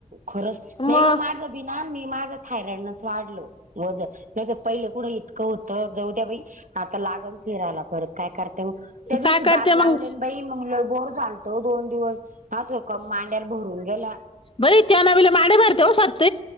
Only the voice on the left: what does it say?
मग
काय
करते
मग
बैत्या नावला मे बारतेव सत्